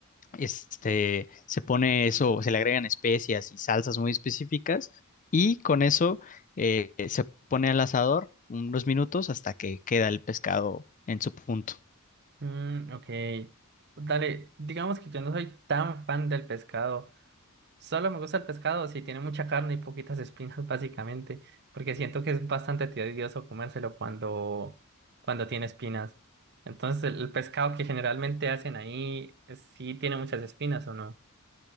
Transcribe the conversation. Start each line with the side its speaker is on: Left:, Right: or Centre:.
Left: este, se pone eso, se le agregan especias y salsas muy específicas y con eso eh, se pone al asador unos minutos hasta que queda el pescado en su punto.
Right: Mm, ok. Dale, digamos que yo no soy tan fan del pescado, Solo me gusta el pescado si tiene mucha carne y poquitas espinas, <laughs> básicamente, porque siento que es bastante tedioso comérselo cuando, cuando tiene espinas. Entonces, el, el pescado que generalmente hacen ahí, eh, ¿sí tiene muchas espinas o no?